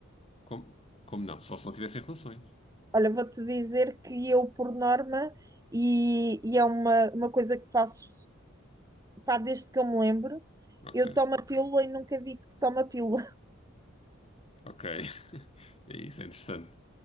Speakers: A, on the left (about 30°); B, on the right (about 15°).
A: Como, como não? Só se não tivessem relações.
B: Olha, vou-te dizer que eu, por norma, e, e é uma, uma coisa que faço, pá, desde que eu me lembro,
A: Ok,
B: eu tomo a pílula e nunca digo que tomo a pílula.
A: ok. <laughs> É Isso é interessante.